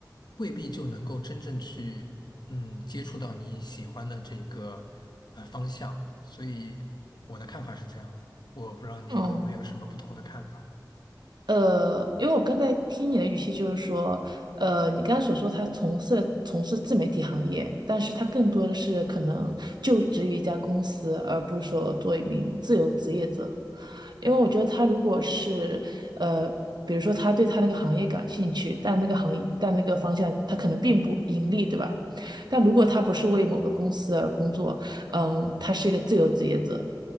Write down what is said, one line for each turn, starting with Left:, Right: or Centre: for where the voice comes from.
Left: 未必就能够真正去。嗯，接触到你喜欢的这个呃方向，所以我的看法是这样的。我不知道你有没有什么不同的看法。
Right: 嗯，呃，因为我刚才听你的语气就是说，呃，你刚才所说他从事了从事自媒体行业，但是他更多的是可能就职于一家公司，而不是说做一名自由职业者。因为我觉得他如果是呃，比如说他对他那个行业感兴趣，但那个行业但那个方向他可能并不盈利，对吧？但如果他不是为某个公司而工作，嗯，他是一个自由职业者，